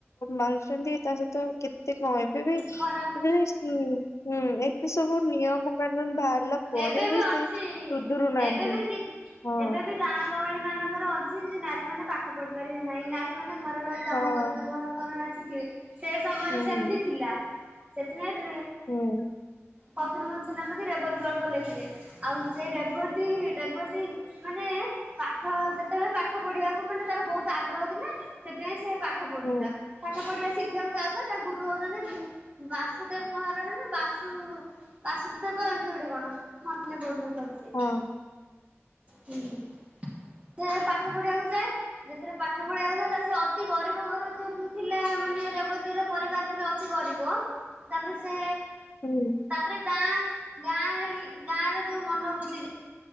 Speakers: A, on the left; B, on the right.
A: ମାରୁଛନ୍ତି ତା ସହିତ। ଏ କହିବେ ବି
B: ଖରାପ
A: ହୁଁ ଏତେ ସବୁ ନିୟମ କାନୁନ ବାହାରିଲା ପରେ
B: ଏବେ ବି ଅଛି
A: ସେ ସୁଧୁରୁ ନାହାନ୍ତି
B: ଏବେବି କି
A: ହଁ
B: ଏବେବି ଗାଁ ଗହଳି ମାନଙ୍କର ଅଛି ଯେ ନାରୀ ମେ ପାଠ ପଢି ପାରିବେ ନାହିଁ ନାର ରୀ ମାନ ଘରେ ରହି କାମ
A: ହଁ
B: କରିବେ ଘର କରଣା ଶିଖିବେ ସେ ସମୟରେ
A: ହୁଁ
B: ସେମତି ଥିଲା। ସେଥିପାଇଁ
A: ହୁଁ
B: ପକୀରମୋହନ ସେନାପତି ରେବତୀଗଳ୍ପ ଲେଖିଲେ। ଆଉ ସେଇ ରେବତୀ ରେବତୀ। ମାନେ ପାଠ ସେତେବେଳେ ପାଠ ପଢିବାକୁ ମାନେ ତାର ବହୁତ ଆଗ୍ରହ ଥିଲା। ସେଥିପାଇଁ ସେ ପାଠ ପଢୁଥିଲା
A: ହୁଁ
B: ପାଠ ପଢିବା ଶିଖ ଦେଖିବାକୁ ଯାଉଥିଲା ତା ଗୁରୁ ହଉଛନ୍ତି ବାସୁଦେବ ମହାରଣ ନା ବାସୁ ବାସି ଦେବ ଏମିତି ଗୋଟେ କଣ। ମନେ କରୁ ଭଲ ସେ
A: ହଁ
B: ହୁଁ। ସେ ପାଠ ପଢିବାକୁ ଯାଏ। ଯେତଥିରେ ପାଠ ପଢିବାକୁଥିଲା ସେ ଅତି ଗରିବ ଘର ଯେହେତୁ ଥିଲା ମାନେ ରେବତୀର ପରିବା ଅଛି ଗରିବ ତାପରେ ସେ
A: ହୁଁ।
B: ତାପରେ ଗାଁ ଗାଁ ଗାଁ ର ଯୋଉ ମନୋବୃତ୍ତି